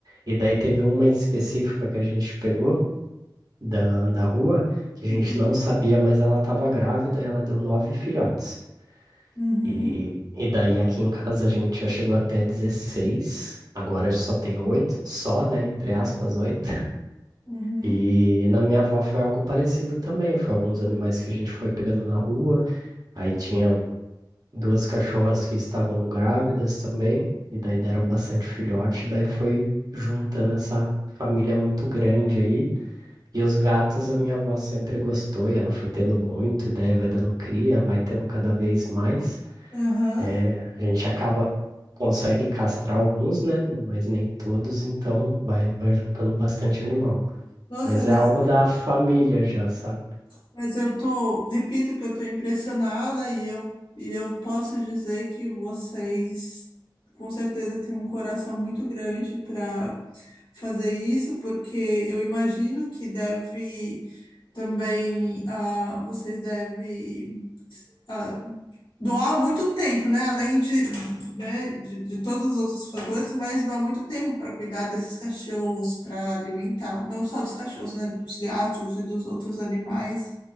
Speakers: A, on the right; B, on the left.
A: E daí teve uma em específica que a gente pegou da, da rua, que
B: Uhum,
A: a gente não sabia, mas ela estava grávida e ela deu nove filhotes.
B: uhum,
A: E, e daí aqui em casa a gente já chegou até 16. agora só tem oito, só, né? Entre aspas, oito.
B: uhum,
A: E na minha avó foi algo parecido também. Foi alguns animais que a gente foi pegando na rua. Aí tinha duas cachorras que estavam grávidas também. E daí deram bastante filhote. Daí foi juntando essa família muito grande aí. E os gatos a minha avó sempre gostou. E ela foi tendo muito. E daí vai dando cria, vai tendo cada vez mais.
B: aham.
A: É, a gente acaba. Consegue castrar alguns, né? Mas nem todos, então vai, vai juntando bastante animal.
B: Nossa,
A: Mas
B: mas
A: é algo da família já, sabe?
B: Mas eu tô, repito que eu tô impressionada e eu, e eu posso dizer que vocês com certeza têm um coração muito grande para fazer isso, porque eu imagino que deve também, ah, vocês devem ah, doar muito tempo, né? Além de, né, de, de todos os outros fatores, mas doar muito tempo para cuidar desses cachorros, para alimentar, não só dos cachorros, né? Dos gatos e dos outros animais.